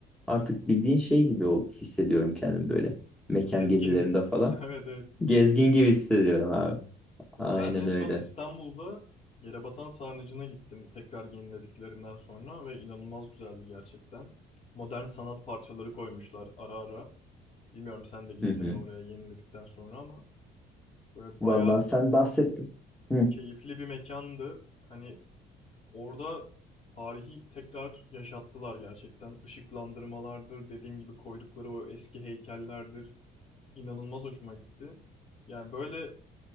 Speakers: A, in the centre; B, on the left.
A: artık bildiğin şey gibi ol- hissediyorum kendimi böyle mekan
B: Gezgin.
A: gezilerinde falan.
B: <laughs> Evet evet gezgin
A: Gezgin
B: gibi.
A: gibi hissediyorum abi.
B: Ya
A: Aynen
B: ben en son
A: öyle.
B: İstanbul'da Yerebatan Sarnıcı'na gittim tekrar yenilediklerinden sonra ve inanılmaz güzeldi gerçekten. Modern sanat parçaları koymuşlar ara ara. Bilmiyorum sen de gittin
A: Hı hı.
B: mi oraya yeniledikten sonra ama böyle bayağı
A: Vallahi sen bahsettin. Hı.
B: keyifli bir mekandı. Hani Orada tarihi tekrar yaşattılar gerçekten. Işıklandırmalardır, dediğim gibi koydukları o eski heykellerdir. İnanılmaz hoşuma gitti. Yani böyle